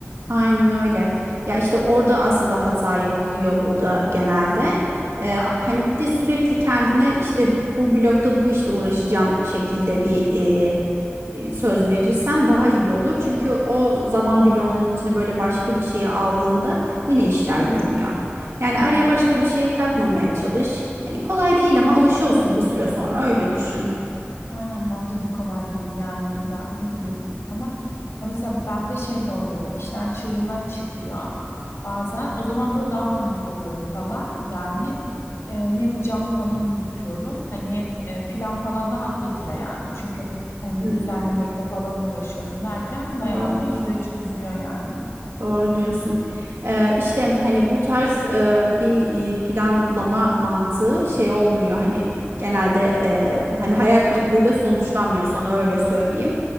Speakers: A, on the right; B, on the left.
A: Aynen öyle. Ya işte orada aslında hata yapılıyor burada genelde. Ee, hani bir de sürekli kendine işte bu blokta bu işte uğraşacağım şekilde bir e, e, söz verirsen daha iyi olur. Çünkü o zaman bloğunun içine böyle başka bir şeyi aldığında yine işler yürümüyor. Yani araya
B: Evet,
A: başka bir şey katmamaya çalış. Hani kolay değil ama alışıyorsun bir süre sonra
B: evet.
A: öyle düşün.
B: Aynen bence de kolay değil yani yani ne bileyim ama ya mesela bende şey de oluyor böyle işler çığırından çıkıyor bazen o zaman böyle daha panik oluyorum falan yani e, ne yapacağımı falan unutuyorum hani e, plan falan da hak getire yani çünkü hani
A: Hı
B: düzenlemekle
A: hı,
B: falan uğraşıyorum derken bayağı
A: doğru.
B: bir süreç uzuyor yani.
A: Doğru diyorsun. Ee, işte hani bu tarz e, bir e, planlama mantığı şey olmuyor hani genelde e, hani hayal kırıklığıyla sonuçlanmıyor sana öyle söyleyeyim.